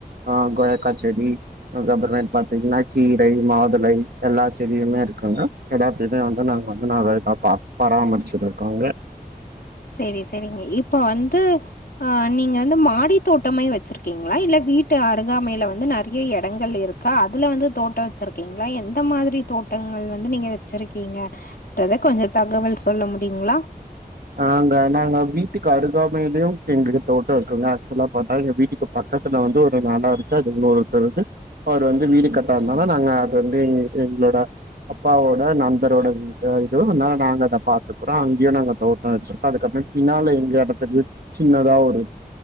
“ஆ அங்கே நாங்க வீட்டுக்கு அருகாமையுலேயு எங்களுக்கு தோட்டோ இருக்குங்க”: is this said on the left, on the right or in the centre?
Right